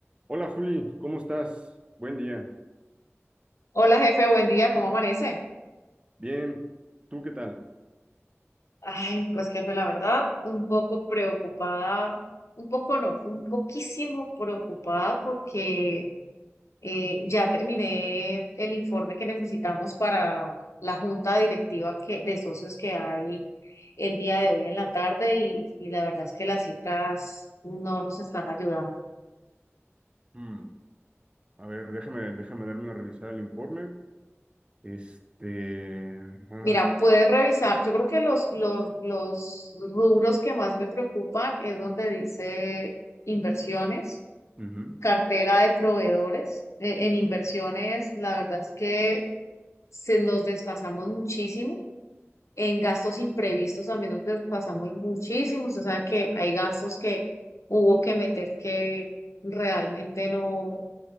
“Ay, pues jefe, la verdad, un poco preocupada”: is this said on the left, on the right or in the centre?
Left